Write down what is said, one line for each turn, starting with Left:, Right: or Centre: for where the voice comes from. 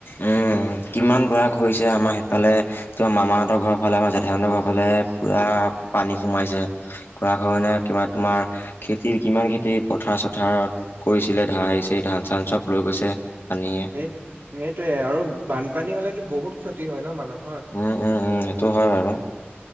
Left: উহ। কিমান গড়া খহিছে আমাৰ সেইফালে তোমাৰ মামাহঁতৰ ঘৰ ফালে আমাৰ জেঠাহঁতৰ ঘৰৰ ফালে পূৰা। পানী সোমাইছে গঢ়াখহনীয়া কিবা তোমাৰ খেতিৰ কিমান খেতি পথাৰ চথাৰত। কৰিছিলে ধা আহিছে ধান চান চব লৈ গৈছে। পানীয়ে
Right: সেই সেইটোয়ে আৰু বানপানী হলেতো বহুত ক্ষতি হয় ন মানুহ।
Left: উম উম উম সেইটো হয় বাৰু